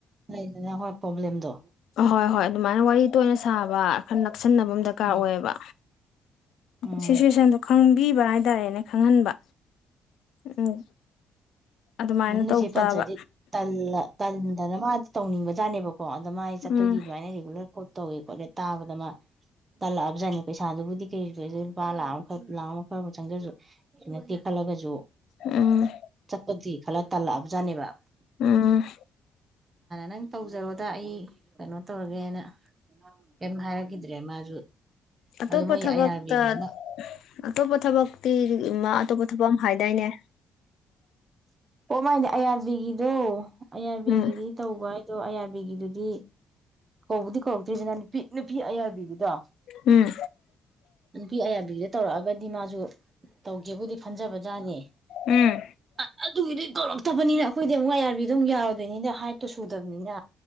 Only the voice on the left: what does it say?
ꯍꯍꯣꯏ ꯍꯣꯏ ꯑꯗꯨꯃꯥꯏꯅ ꯋꯥꯔꯤ ꯇꯣꯏꯅ ꯁꯥꯕ ꯑꯈꯟ ꯀꯛꯁꯟꯅꯕ ꯑꯃ ꯗꯔꯀꯥꯔ
ꯑꯣꯏꯌꯦꯕ
ꯁꯤꯁꯨꯁꯗꯨ ꯈꯪꯕꯤꯕ ꯍꯥꯏꯇꯥꯔꯦꯅꯦ ꯈꯪꯍꯟꯕ ꯎꯝ ꯑꯗꯨꯃꯥꯏꯅ
ꯇꯧ ꯇꯥꯕ
ꯎꯝ
ꯎꯝ
ꯎꯝ
ꯑꯇꯣꯞꯄ
ꯊꯕꯛꯇ
ꯑꯇꯣꯞꯄ ꯊꯕꯛꯇꯤ ꯑꯇꯣꯞꯄ ꯊꯕꯛ ꯑꯃ ꯍꯥꯏ ꯏꯅꯦ
ꯎꯝ
ꯎꯝ
ꯎꯝ